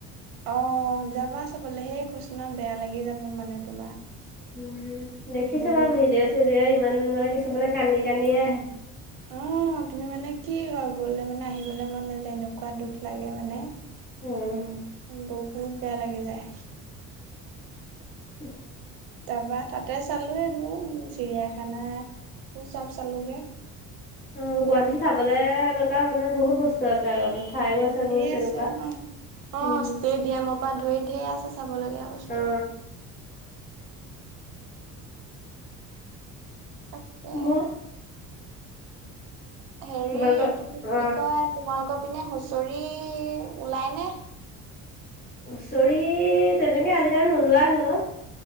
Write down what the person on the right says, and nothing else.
অঁ যাবা চাবলৈ সেই কৈছো ন বেয়া লাগি যাব মানে তোমাৰ।
বহুত
অঁ তুমি মানে কি হয় গলে মানে আহিবলৈ মন নাযায় এনেকুৱা দুখ লাগে মানে।
বহুত বেয়া লাগি যায়।
তাৰপা তাতে চালো এইবোৰ চিৰিয়াখানা বোৰ চব চালোগে।
ধেইৰ
আছে ন অ
ষ্টেডিয়ামৰ পৰা ধৰি ধেইৰ আছে চাবলগীয়া বস্তু।
তাকে।
হেৰি
এইটো কি বুলি
কয় তোমালোকৰ পিনে হুচৰি ওলাই নে।